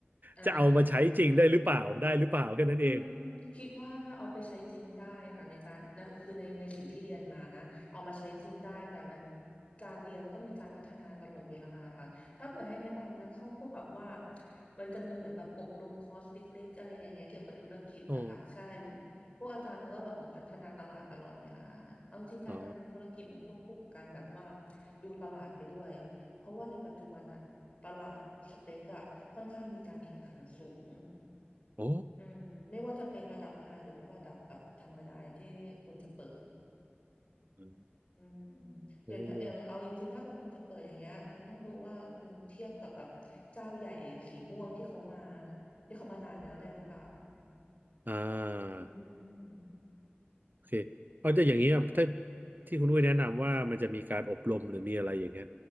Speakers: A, on the left; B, on the right.
A: อ่าค่ะ
B: จะเอามาใช้จริงได้หรือเปล่าได้หรือเปล่าแค่นั้นเอง
A: อืมคิดว่าเอาไปใช้จริงได้ค่ะในการนะคือในในสิ่งที่เรียนมานะเอามาใช้จริงได้แต่มันการเรียนมันก็มีการพัฒนาตลอดเวลาค่ะถ้าเผื่อให้แนะนำนะเข้าพวกแบบว่ามันจะมีเหมือนแบบอบรมคอร์สเล็กๆอะไรอย่างเงี้ยเกี่ยวกับธุรกิจอะค่ะใช่
B: อ๋อ
A: พวกอาจารย์เขาก็แบบเหมือนพัฒนาตลาดตลอดเวลาเอาจริงการทำธุรกิจมันควบคู่กับการแบบว่า
B: อ๋อ
A: ดูตลาดไปด้วยเพราะว่าในปัจจุบันอะตลาดสเต็กอะค่อนข้างมีการแข่งขันสูง
B: โอ้
A: อืมไม่ว่าจะเป็นระดับไฮหรือว่าระดับแบบธรรมดาอย่างที่คุณจะเปิด
B: อืม
A: อืม
B: เออ
A: อย่างถ้าอย่างเอาจริงๆถ้าเกิดคุณจะเปิดอย่างเงี้ยคุณต้องดูว่าคุณเทียบกับแบบเจ้าใหญ่สีม่วงที่เขามาที่เขามานานแล้วได้หรือเปล่า
B: อ่า
A: อืม
B: โอเคเอาจะอย่างนี้อะถ้าที่คุณด้ยแนะนำว่ามันจะมีการอบรมหรือมีอะไรอย่างเงี้ย